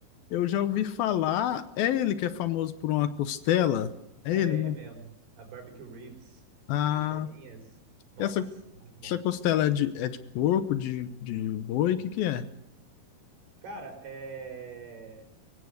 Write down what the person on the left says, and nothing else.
Eu já ouvi falar. É ele que é famoso por uma costela? É
ele, né?
Ah,
essa,
essa costela é de, é de porco, de, de boi? O que que é?